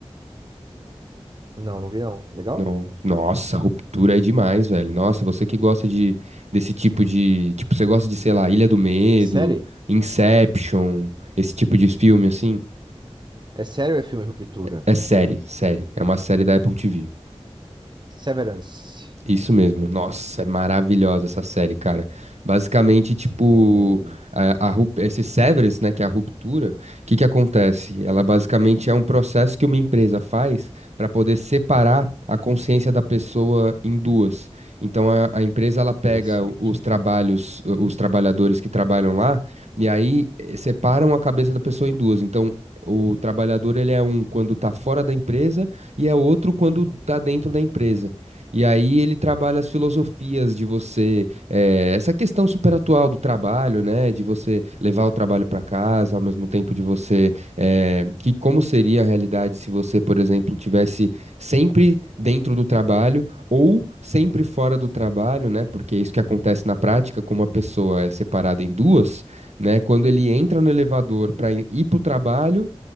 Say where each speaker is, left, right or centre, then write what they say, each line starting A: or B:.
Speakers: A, on the right; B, on the right.
A: Não, não vi não. É Legal?
B: No- Nossa, ruptura é demais, velho. Nossa, você que gosta de desse tipo de, tipo, você gosta de, sei lá, Ilha do Medo,
A: É sério?
B: Inception, esse tipo de filme assim?
A: É sério ou é filme Ruptura?
B: É série, série. É uma série da Apple TV.
A: Severance.
B: Isso mesmo. Nossa, é maravilhosa essa série, cara. Basicamente,
A: Escritório.
B: tipo, a, a rup- esse severance, né, que é a ruptura, o que que acontece? Ela basicamente é um processo que uma empresa faz para poder separar a consciência da pessoa em duas. Então, a, a empresa ela pega
A: Interessante.
B: o- os trabalhos, o- os trabalhadores que trabalham lá, e aí eh, separam a cabeça da pessoa em duas. Então, O trabalhador, ele é um quando tá fora da empresa e é outro quando tá dentro da empresa. E aí ele trabalha as filosofias de você, eh, essa questão super atual do trabalho, né? De você levar o trabalho para casa, ao mesmo tempo de você, eh, que como seria a realidade se você, por exemplo, tivesse sempre dentro do trabalho ou sempre fora do trabalho, né? Porque é isso que acontece na prática, como a pessoa é separada em duas, né? Quando ele entra no elevador para ir para o trabalho